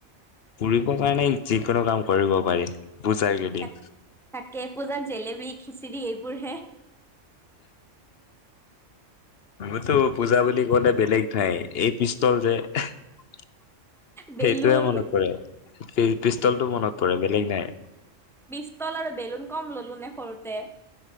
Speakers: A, on the left (about 55°); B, in the centre.
A: ফুৰিবৰ কাৰণে যিকোনো কাম কৰিব পাৰি। পূজাৰ কেইদিন।
B: তাকে পূজাত জেলেপি।। খিচিৰি এইবোৰ হে
A: মোৰতো পূজা বুলি কলে বেলেগ ঠাই এই পিষ্টল যে। সেইটোৱেই
B: বেলুন
A: মনত পৰে। পিষ্টলটো মনত পৰে বেলেগ নাই।
B: পিষ্টল আৰু বেলুন কম ললো নে সৰুতে।